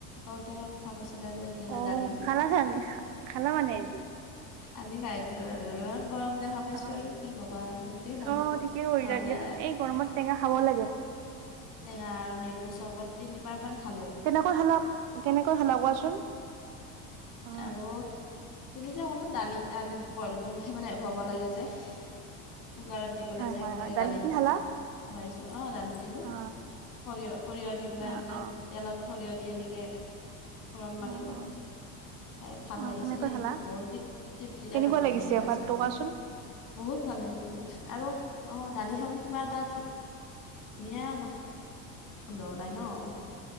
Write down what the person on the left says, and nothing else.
ঔটেঙা কথা কৈছিলা যে ঔটেঙা
দালি
আজি খাই দিলো আৰু ইমান গৰম দেখা পাইছো
আৰু কি কবা আৰু সেইটোৱে খালোঁ,
নহলে
টেঙা আৰু নেমু চৰ্বত তিনিবাৰমান খালোঁ।
আৰু তুমি যে কলা দালিত দালিত বইল কৰি মানে হব লাগে যে কুকাৰত দি পেলাই
যে
একেলগে
দালিত
অঁ দালি দিলো,
সৰিয়হ সৰিয়হ দি পেলাই
মানে
তেলত সৰিয়হ এনেকে ফোৰণ মাৰিলোঁ।
খাই ভাল
লাগিছে
দেই
বহুত তৃপ্তি তৃপ্তিৰে
খালোঁ
মানে এ ভাত
সাজ
বহুত ভাল লাগে বহুত আৰু অঁ দালিখন কিবা এটা ধুনীয়া ধুনীয়া গো ন্ধ ওলাই ন ঔত